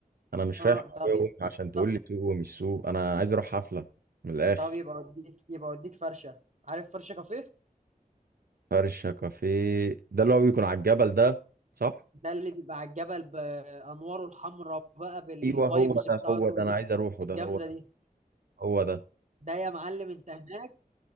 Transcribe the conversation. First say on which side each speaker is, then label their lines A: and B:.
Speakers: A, on the right (about 80°); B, on the right (about 50°).
A: انا مش
B: آه،
A: رايح مع
B: طب
A: ابويا
B: ي-
A: وامي عشان تقول
B: طب
A: لي سوق ومش سوق انا عايز اروح حفله من الاخر
B: طب يبقى اوديك يبقى اوديك فرشة عارف فرشة كافيه
A: فرشه كافيه ده اللي هو بيكون على الجبل ده صح
B: ده اللي بيبقى على الجبل بانواره الحمراء بقى بالفايبس
A: ايوه هو
B: بتاعته
A: ده هو ده انا عايز اروحه
B: الجامده
A: ده هو
B: دي
A: ده هو ده
B: ده يا معلم انت هناك